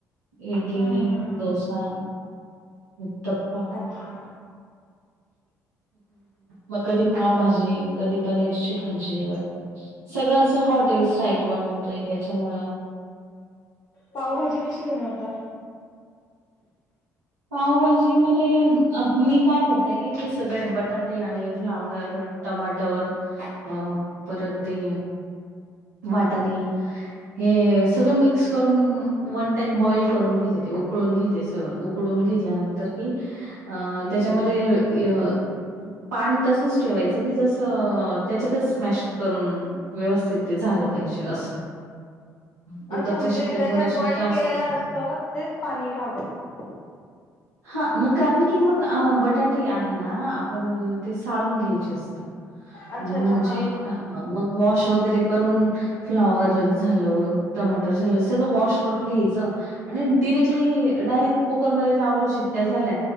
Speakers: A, on the right; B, on the left.
A: इडली
B: हम्म हम्म हम्म
A: दोसा उतपा.
B: हा
A: मग कधी पावभाजी कधी पनीरची. वे सगळं असं हॉटेल स्टाईल बनवतय त्याच्यामु.
B: पावभाजी कशी बनवता
A: पावभाजी मध्ये मी काय करतेय की सगळे बटाटे आणि फ्लावर टमाटर अं परत ते वाटाणी हे सगळं मिक्स करून वन टाइम बॉइल करून घेते ते उकळून घेते सगळं उक उकडून घेतल्यानंतर की अ त्याच्यामध्ये अ पाणी तसच ठेवायचं की जसं त्याच्यातच स्मॅश करून व्यवस्थित ते झालं पाहिजे असं कुकरच्या
B: अच्छा म्हणजे
A: शिट्ट्या
B: ज्याच्यात
A: थोड्याशा
B: बॉइल
A: जास्तच
B: केलेलं असतं तेच पाणी राव द्यायचं
A: हा मग कारण की मग बटाटे आहे ना आपण ते साळून घ्यायचे अस
B: अच्छा
A: म्हणजे
B: अच्छा हा हा
A: ह
B: हा
A: मग वॉश वगैरे करून फ्लॉवर झालं टमाटर झालं सगळं वॉश करून घ्यायचं आणि डिरेक्टली डायरेक्ट कुकरमध्ये लावलं शिट्ट्या झाल्या